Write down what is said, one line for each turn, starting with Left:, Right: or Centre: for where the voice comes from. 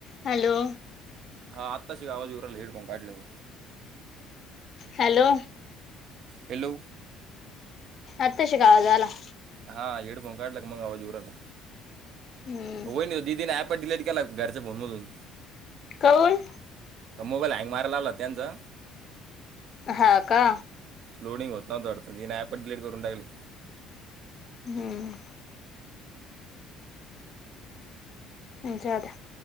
Left: Hello.
Right: हा आत्ताशी आवाज येऊराहीला हेडफोन काढल्यावर.
Left: हॅलो.
Right: हॅलो.
Left: आताशी क आवाज आला.
Right: हा हेडफोन काढला की मग आवाज येऊराहिला
Left: हम्म
Right: वैनी दीदीन आप डिलेट केला घरच्या फोन मधून.
Left: काय.
Right: मोबाईल हँग मारयला आला त्यांचा.
Left: हा का.
Right: लोडिंग होत न्नव्हत वाढत तीन अँप डिलीट करून टाकली
Left: हम्म. जाऊद्या.